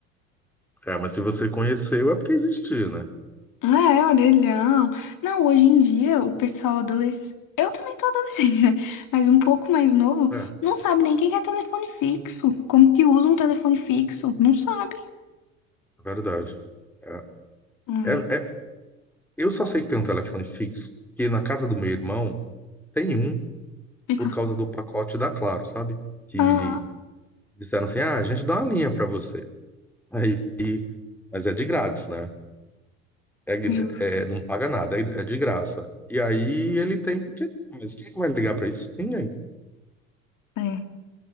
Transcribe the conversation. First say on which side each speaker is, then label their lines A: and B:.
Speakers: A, in the centre; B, on the left.
A: É, mas se você conheceu é porque existia, né?
B: É, orelhão. Não, hoje em dia, o pessoal adolescente. Eu também tô adolescente, né? Mas um pouco mais novo,
A: É,
B: não sabe nem o que que é telefone fixo. Como que usa um telefone fixo? Não sabe.
A: é verdade. É,
B: Hum,
A: é- é- eu só sei que tem um telefone fixo, que na casa do meu irmão tem um
B: <laughs>
A: por causa do pacote da Claro, sabe? que
B: Ah,
A: Disseram assim: ah, a gente dá uma linha para você. Aí, mas é de grátis, né? É, gr-
B: justo.
A: é, não paga nada, é, é de graça. E aí ele tem, porque tem, mas quem vai ligar para isso? Ninguém,
B: é